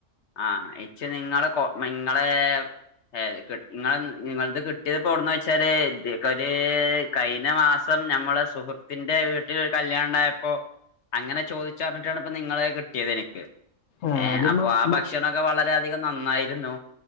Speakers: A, on the left (about 65°); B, on the left (about 85°).
A: ആ ചച്ചി നിങ്ങള് കൊ നിങ്ങളെ അതതെട്ട നിങ്ങ നിങ്ങളത് കിട്ടിയത് പോട വെച്ചാല് ഇക്ക ഒരു കഴിഞ്ഞ മാസം നമ്മുടെ സുഹൃത്തിന്റെ വീട്ടിൽ ഒരു കല്യാണ ഉണ്ടായപ്പോ അങ്ങനെ ചോദിച്ച പറഞ്ഞിട്ടാണ് നിങ്ങള കിട്ടിയത് എനിക്ക്
B: ആഹ് അത്
A: അപ്പൊ
B: മ മ
A: ഭക്ഷണോക്കെ വളരെയധികം നന്നായിരുന്നു